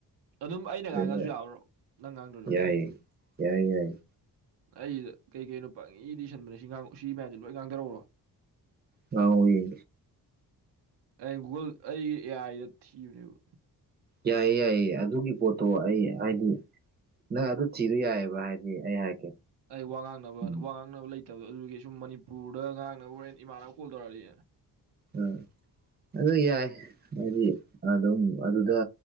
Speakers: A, on the right; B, on the right.
A: ꯑꯗꯨꯝ ꯑꯩꯅ
B: ꯑꯗꯩꯗ
A: ꯉꯥꯡꯉꯁꯨ ꯌꯥꯕꯔꯣ ꯅꯪ ꯉꯥꯡꯗꯔ
B: ꯌꯥꯏꯌꯦ ꯌꯥꯏꯌꯦ ꯌꯥꯏꯌꯦ꯫
A: ꯑꯩꯗ ꯀꯩ ꯀꯩꯅꯣ ꯄꯪꯏꯗ ꯏꯁꯟꯕꯅꯦ ꯁꯤ ꯉꯥꯡ ꯁꯤ ꯃꯌꯥꯝꯁꯦ ꯂꯣꯏ ꯉꯥꯡꯊꯔꯛꯎꯔꯣ꯫
B: ꯉꯥꯎꯏ꯫
A: ꯑꯩ ꯒꯨꯒꯜ ꯑꯩꯒꯤ ꯑꯦ ꯑꯥꯏꯗ ꯊꯤꯕꯅꯦꯕ꯫
B: ꯌꯥꯏꯌꯦ ꯌꯥꯏꯌꯦ ꯑꯗꯨꯒꯤ ꯄꯣꯠꯇꯣ ꯑꯩ ꯍꯥꯏꯗꯤ꯫ ꯅꯪ ꯑꯗꯨ ꯊꯤꯗꯨ ꯌꯥꯏꯌꯦꯕ ꯍꯥꯏꯗꯤ ꯑꯩ ꯍꯥꯏꯔꯛꯀꯦ꯫
A: ꯑꯩ ꯋꯥ ꯉꯥꯡꯅꯕ
B: ꯎꯝ
A: ꯋꯥ ꯉꯥꯡꯅꯕ ꯂꯩꯇꯕꯗꯣ ꯑꯗꯨꯒꯤ ꯁꯨꯝ ꯃꯅꯤꯄꯨꯔꯗ ꯉꯥꯡꯅꯕ ꯍꯣꯔꯦꯟ ꯏꯃꯥꯟꯅꯕ ꯀꯣꯜ ꯇꯧꯔꯛꯑꯗꯤ꯫
B: ꯎꯝ ꯑꯗꯨ ꯌꯥꯏ꯫ ꯍꯥꯏꯗꯤ ꯑꯗꯨꯝ ꯑꯗꯨꯗ